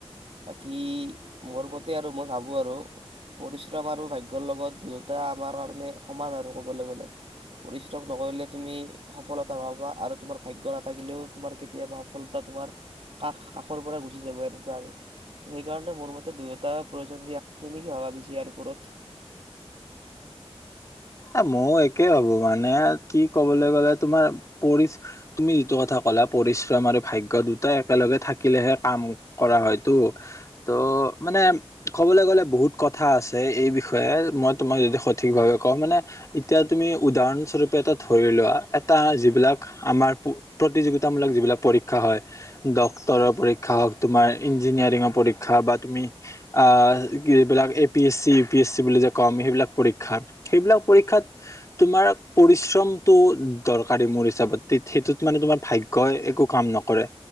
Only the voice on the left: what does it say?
এ ময়ো একে ভাবো মানে কি কবলৈ গলে তোমাৰ পৰি তুমি যিটো কথা ক'লা পৰিশ্ৰম আৰু ভাগ্য দুটা একেলগে থাকিলেহে কাম কৰা হয়তো, ত' মানে কবলৈ গ'লে বহুত কথা আছে এই বিষয়ে মই তোমাক যদি সঠিক ভাৱে কওঁ মানে এতিয়া তুমি উদাহৰণস্বৰূপে এটা ধৰি লোৱা এটা যিবিলাক আমাৰ প্ৰতিযোগিতামূলক যিবিলাক পৰীক্ষা হয় ডক্তৰৰ পৰীক্ষা হওক তোমাৰ ইঞ্জিনিয়াৰিঙৰ পৰীক্ষা বা তুমি অ যিবিলাক A P S C U P S C বুলি যে কওঁ আমি সেইবিলাক পৰীক্ষা, সেইবিলাক পৰীক্ষাত তোমাৰ পৰিশ্ৰমটো দৰকাৰী মোৰ হিচাপত সেইটোত মানে তোমাৰ ভাগ্ কয় একো কাম নকৰে।